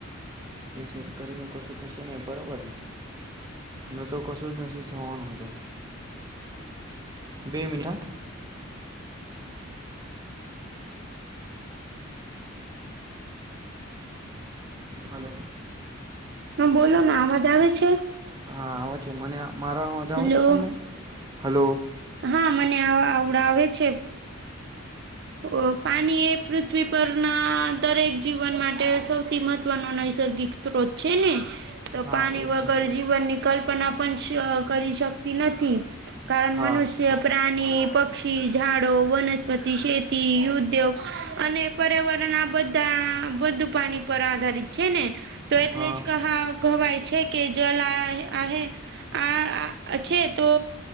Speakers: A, on the right (about 20°); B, on the right (about 55°).
A: એ શત કરીનું કશું થશે ને બરોબરને? ન તો કશું જ નથી થવાનું એ તો બે મિનિટ હા. હલો
B: હ બોલોના અવાજ આવે છે?
A: હા આવે છે મને મારો મજા આવે
B: હલો
A: છે તમને હલો.
B: હા મને આ આવડાવે છે. ઓ પાની એ પૃથ્વી પરના દરેક જીવન માટે સૌથી મહત્ત્વનો નૈસર્ગિક તો કોક છેને? તો
A: હા
B: પાણી
A: એજ
B: વગર
A: છે
B: જીવનની કલ્પના પણ શ કરી શકતી નથી. કારણ
A: હા
B: મનુષ્ય કે પ્રાણી, પક્ષી, ઝાડો, વનસ્પતિ, શેતી ઉદ્યોગ અને પર્યાવરણ આ બધા બધું પાણી પર આધારિત છે ને તો એટલે
A: હા
B: જ કહા કહવાય છે કે જ લ આહ આહે આ આ છે તો